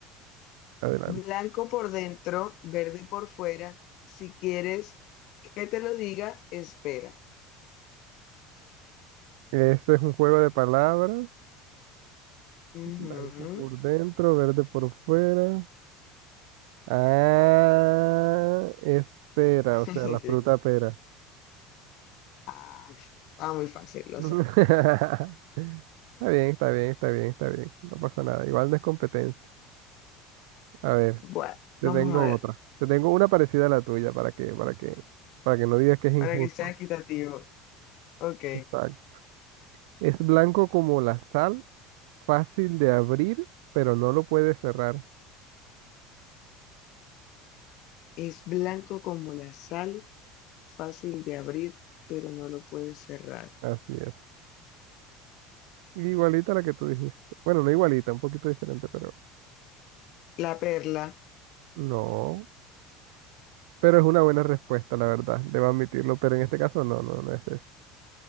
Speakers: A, on the right; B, on the left.
A: Adelante.
B: Blanco por dentro, verde por fuera. Si quieres que te lo diga, espera.
A: Ese es un juego de palabras.
B: Ujú.
A: Blanco por dentro, verde por fuera. Ah, espera,
B: <laughs>
A: o sea, la fruta pera.
B: Ah, estaba muy fácil, lo
A: <laughs> Está
B: sé.
A: bien, está bien, está bien, está bien. No pasa nada. Igual no es competencia. A ver.
B: Bueno,
A: Te
B: vamos
A: tengo
B: a ver,
A: otra. Te tengo una parecida a la tuya para que, para que, para que no digas que es injusto.
B: para que sea equitativo. Ok.
A: Exacto. Es blanco como la sal, fácil de abrir, pero no lo puedes cerrar.
B: Es blanco como la sal, fácil de abrir, pero no lo puedes cerrar.
A: Así es. Igualita a la que tú dijiste. Bueno, no igualita, un poquito diferente, pero
B: La perla.
A: no. Pero es una buena respuesta, la verdad. Debo admitirlo, pero en este caso no, no, no es eso.